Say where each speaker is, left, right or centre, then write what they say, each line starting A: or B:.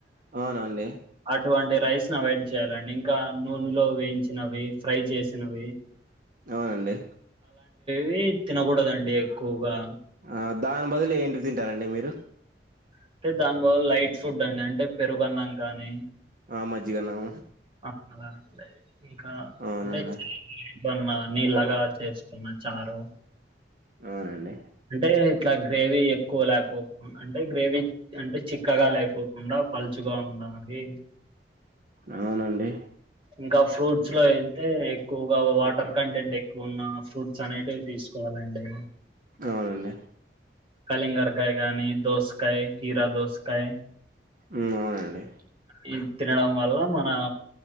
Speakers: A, on the right; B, on the right.
A: అవునండి
B: అటువంటి రైస్ ను అవయిడ్ చేయ్యాలండి ఇంకా నూనెలో వేయించినవి ఫ్రై చేసినవి
A: అవునండి
B: వి తినకూడదండి ఎక్కువగా
A: ఆ దాని బదులు ఏంటివి తింటారండి మీరు
B: అంటే దాని బదులు లైట్ ఫుడ్ అండి అంటే పెరుగన్నాం కానీ
A: ఆ మజ్జిగన్నం
B: ఆ, అలా అంటే ఇంకా
A: అవునండి
B: అంటే చిల్లి వన్న నీళ్ళగా చేసుకున్న చారు
A: అవునండి
B: అంటే ఇట్లా గ్రేవీ ఎక్కువ లేకోకు అంటే గ్రేవీ అంటే చిక్కగా లేకోకుండా అ పలుచుగా ఉన్నా అవి
A: అవునండి
B: ఇంకా ఫ్రూట్స్ లో అయితే ఎక్కువగా వాటర్ కంటెంట్ ఎక్కువ ఉన్న ఫ్రూట్స్ అనేటివి తీసుకోవాలండి
A: అవునండి
B: కలింగారకాయ కానీ దోసకాయ కిరా దోసకాయ
A: ఊ అవునండి
B: ఇవి తినడం వల్ల మన